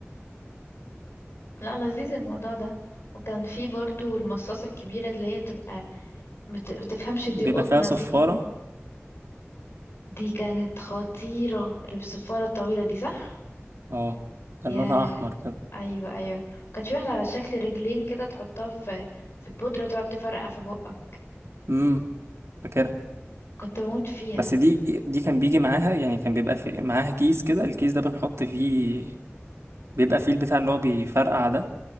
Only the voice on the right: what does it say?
بيبقى
فيها صفارة
اه
كان لونها أحمر كده
امم فاكرها
بس دي دي كان بيجي معاها يعني كان بيبقى في معاها كيس كده الكيس ده بنحط فيه بيبقى فيه البتاع اللي هو بيفرقع ده